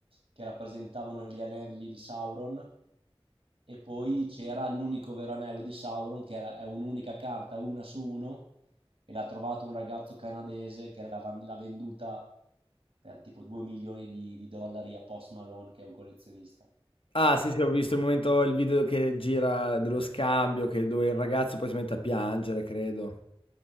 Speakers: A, on the right (about 80°); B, on the left (about 65°).
A: che rappresentavano gli anelli di Sauron e poi c'era l'unico vero anello di Sauron che era, è un'unica carta, una su uno e l'ha trovato un ragazzo canadese che l'ha, l'ha venduta per tipo 2 milioni di, di dollari a Post Malone che è un collezionista.
B: Ah, sì, sì, ho visto il momento, il video che gira dello scambio, che dove il ragazzo poi si mette a piangere, credo.